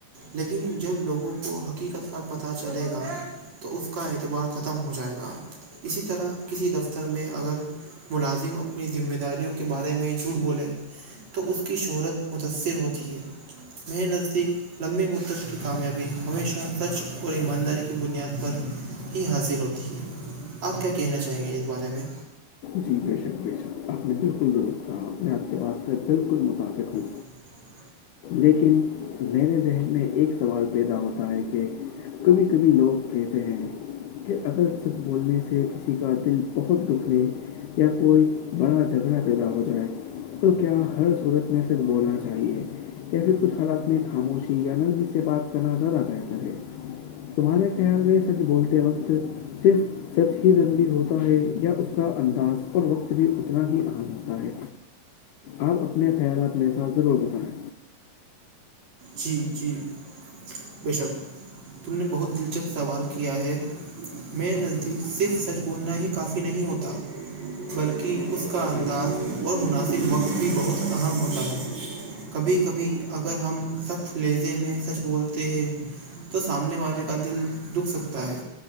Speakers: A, on the right; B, on the left.
A: لیکن جب لوگوں کو حقیقت کا پتہ چلے گا تو اس کا اعتبار ختم ہو جائے گا اسی طرح کسی دفتر میں اگر ملازم اپنی ذمہ داریوں کے بارے میں جھوٹ بولے تو اس کی شہرت متاثر ہوتی ہے میں نزدیک لمبی متت کی کامیابی ہمیشہ سچ اور ایمانداری کی بنیاد پر ہی حاصل ہوتی ہے آپ کیا کہنا چاہیں گے اس بارے میں
B: جی بے شک بے شک آپ نے بالکل درست کہا میں آپ کے بات سے بالکل متفق ہوں
A: <inaudible>
B: لیکن میرے ذہن میں ایک سوال پیدا ہوتا ہے کہ کبھی کبھی لوگ کہتے ہیں کہ اگر سچ بولنے سے کسی کا دل بہت دکھ لے یا کوئی بڑا جھگڑا پیدا ہو جائے تو کیا ہر صورت میں صرف بولنا چاہیے یا پھر کچھ حالات میں خاموشی یا نلمیی سے بات کرنا زیادہ بہتر ہے تمہارے خیال میں سچ بولتے وقت صرف سچ ہی ضروری ہوتا ہے یا اس کا انداز اور وقت بھی اتنا ہی اہم ہوتا ہے آپ اپنے خیالات میر ساتھ ضرور بتائیں
A: جی جی بے شک تم نے بہت دلچسپ سوال کیا ہے میں نزدیک صرف سچ بولنا ہی کافی نہیں ہوتا بلکہ اس کا انداز اور مناسب وقت بھی بہت اہم ہوتا ہے کبھی کبھی اگر ہم سخت لیہزے میں سچ بولتے ہیں تو سامنے والے کا دل دکھ سکتا ہے